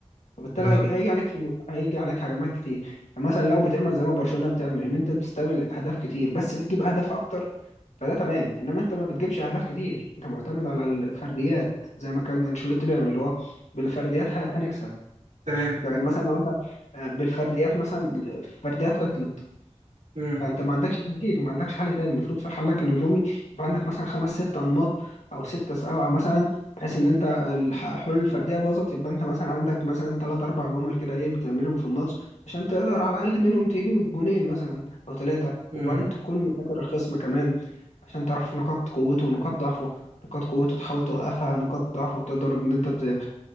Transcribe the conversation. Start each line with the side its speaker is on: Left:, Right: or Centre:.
Left: فبالتالي
Right: بالظبط
Left: هيجي, هيجي عليك هيجي عليك هجمات كتير فمثلا لو بتعمل زي ما برشلونة بتعمل ان انت بتستقبل اهداف كتير بس بتجيب اهداف اكتر فده تمام انما انت ما بتجيبش اهداف كتير انت معتمد على الفرديات زي ما كان انشيلوتي بيعمل اللي هو بالفرديات ه- هنكسب
Right: تمام
Left: لكن مثلا لو انت آه، بالفرديات مثلا الفرديات عطلت
Right: امم
Left: فانت ما عندكش تكتيك ما عندكش حل تاني المفروض في حلك الهجومي يبقى عندك مثلا خمس ست انماط او ستة سبعة مثلا بحيث ان انت الح- الحلول الفرديه باظت يبقى انت مثلا عندك مثلا ثلاث اربع جمل كده ايه بتعملهم في الماتش عشان تقدر على الاقل منهم تجيب جونين مثلا او ثلاثه
Right: امم
Left: وبعدين تكون مذاكر الخصم كمان عشان تعرف نقاط قوته ونقاط ضعفه نقاط قوته تحاول توقفها نقاط ضعفه تقدر ان انت ت...